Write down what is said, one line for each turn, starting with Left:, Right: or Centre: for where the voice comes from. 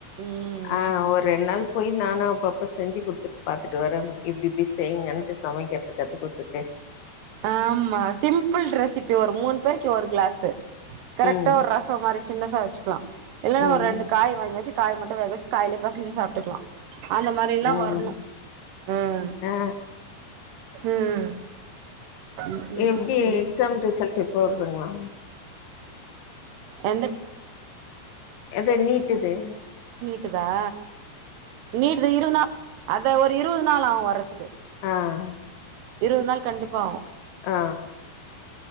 Right: ம்
Left: ஆ ஒரு ரெண்ட் நாள் போய் நானு அப்ப அப்ப செஞ்சு கொடுத்துட்டு பாத்துட்டு வரே இப்டி இப்டி செய்யுங்கன்னுட்டு சமைக்கிறத கத்து கொடுத்துட்டு
Right: ஆமா சிம்பிள் ரெசிபி ஒரு மூணு பேருக்கு ஒரு கிளாசு கரெக்டா
Left: ம்
Right: ஒரு ரசம் மாரி சின்ன வச்சக்கலா இல்லன்னா
Left: ம்
Right: ஒரு ரெண்டு காய் வாங்கி வச்ச காய் மட்டு வேக வச்சு காய்ல பசஞ்சு சாப்ட்டுக்கலா அந்த மாரில்லா
Left: ம்
Right: வரணு ம்
Left: ஆ
Right: ம் ம் ம்
Left: எப்டி
Right: ம் ம்
Left: எக்ஸாம் ரிசல்ட் எப்போ வருதுங்களா
Right: எந்த
Left: எத நீட்டுது
Right: விட்டுதா நீட்டு இருவது நாள் அத ஒரு இருஸது நாள் ஆகு வர்றதுக்கு
Left: ஆ ஆ
Right: இருவது நாள் கண்டிப்பாகு
Left: ஆ